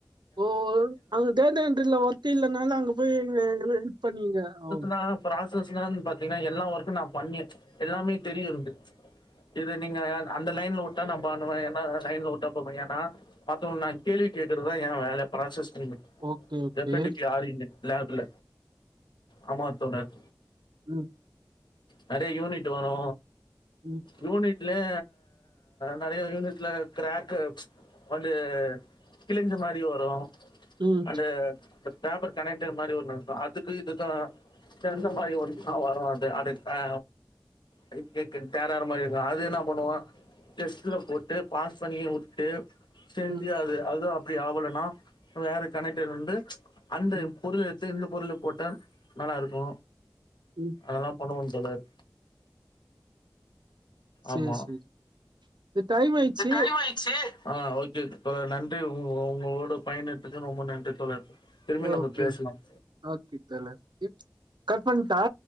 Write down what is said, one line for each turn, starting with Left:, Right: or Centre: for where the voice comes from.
Right: ஓ அங்க தேந்தன் இல்ல ஒத்த இல்லைனால அங்க போய் எ ஹெல்ப் பண்ணிங்க ஒ
Left: னா பராசஸ்லான்னு பாத்தீங்கன்னா எல்லா ஒர்க்க நா பண்ணே எல்லாமே தெரியு எனக்கு இது நீங்க அந்த லைன்ல விட்ட நா பண்ணுவே என்னா லைன்ல விட்டா இப்ப பண்ணுவே ஏன்னா மத்தவங் நா கேள்வி கேட்கறதா ஏ வேல ப்ராசஸ் ரெ
Right: ஓகே okay
Left: P T P R E னு லேப்ல ஆமா தோழர்
Right: ம்
Left: நெறைய யூனிட் வரு
Right: ம்
Left: யூனிட்லே நெறைய யூனிட்ல கிராக்கு வந்து கிழிஞ்ச மாரி வரு
Right: ம்
Left: அந்த ப பேப்பர் கனெக்டர் மாரி ஒன்னு இருக்கு அதுக்கு இதுக்கு தந்த மாரி ஒன்னுதா வரு அது அது ஆ அது கேக்க தேரற மாரி இருக்கு அது என்னா பண்ணு டெஸ்ட்ல போட்டு பாஸ் பண்ணிய வுட்டு செஞ்சு
Right: ம்
Left: அது அது அப்டி ஆவலைனா வேற கனெக்ட்டர் வந்து அந்த
Right: ம்
Left: பொருளை எடுத் து இந்த பொருள போட்ட நல்லா இருக்கு
Right: ம்
Left: அதெல்லா பண்ணுவோன்னு தோழர்
Right: செரி
Left: ஆமா
Right: செரி இது டைம் ஆயிச்சு
Left: இது டைம் ஆயிடுச்சு ஆ ஓகே தோழர் நன்றி உ உங்களோட பயணத்துக்கு ரொம்ப நன்றி தோழர் திரும்பி
Right: ஓகே
Left: நம்ம பேசலாம்
Right: ஆக்கித் தலதி கட்பண்டா